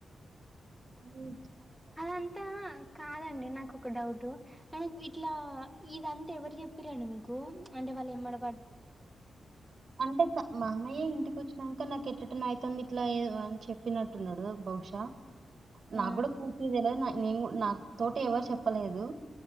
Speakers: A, on the right (about 60°); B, in the centre.
A: ఉ
B: అదంతా కాదండి నాకు ఒక డౌట్ ఇట్లా ఇదంతా ఎవరు చెప్పిరండి మీకు అంటే వాళ్ళు ఏమడ
A: అంటే మామయ్యే ఇంటికి వచ్చినాక ఇంకా నాకు ఎట్ట ఎట్టన అయితుంది ఇట్లా అని చెప్పినట్టున్నాడు బహుశా
B: ఆ
A: నా కూడా పూర్చేదిలా నేను నా తోట ఎవరు చెప్పలేదు.